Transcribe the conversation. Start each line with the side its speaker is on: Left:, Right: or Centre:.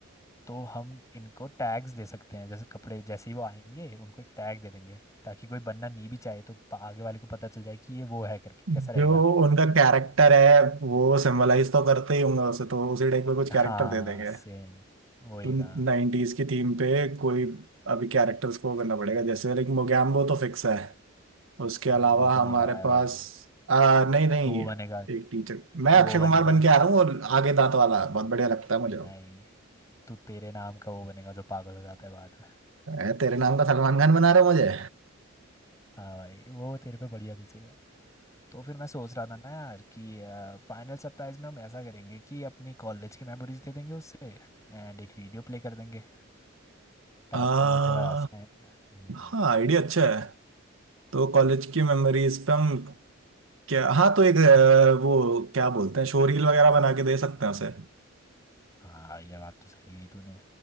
Left: तो हम इनको टैग्स दे सकते हैं जैसे कपड़े जैसे ही वो आएंगे उनको एक टैग दे देंगे ताकि कोई बनना नहीं भी चाहे तो पा- आगे वाले को पता चल जाए कि ये वो है करके
Right: जो
Left: कैसा रहेगा
Right: उनका कैरेक्टर है वो सिंबलाइज तो करते ही होंगे उसे तो उसी टाइप का कुछ
Left: हाँ
Right: कैरेक्टर दे देंगे
Left: सेम वही
Right: तो
Left: कहा
Right: नाइनटीज की थीम पे कोई अभी कैरेक्टर्स को करना पड़ेगा जैसे लाइक मोगैम्बो तो फिक्स है उसके
Left: हम्म,
Right: अलावा
Left: वो तो
Right: हमारे
Left: मेरा है
Right: पास
Left: भाई
Right: आ, नहीं नहीं
Left: तू वो बनेगा
Right: एक टीचर मैं
Left: तू वो
Right: अक्षय
Left: बनेगा
Right: कुमार बन के आ रहा हूँ और आगे दांत वाला बहुत बढ़िया लगता है मुझे वो।
Left: नहीं तू तेरे नाम का वो बनेगा जो पागल हो जाता है बाद में
Right: ए, तेरे नाम का सलमान खान बना रहे हो मुझे
Left: हाँ भाई वो तेरे पे बढ़िया जचेगा तो फिर मैं सोच रहा था ना यार कि फाइनल सरप्राइज में हम ऐसा करेंगे कि अपनी कॉलेज की मेमोरीज दे देंगे उससे एंड एक वीडियो प्ले कर देंगे ताकि
Right: आ,
Left: वो थोड़ा से हम्म,
Right: हाँ आइडिया अच्छा है तो कॉलेज की मेमोरीज पे हम क्या हाँ तो एक अ, वो क्या बोलते हैं शोरील वगैरह बना के दे सकते हैं उसे
Left: हाँ ये बात तो सही गई तूने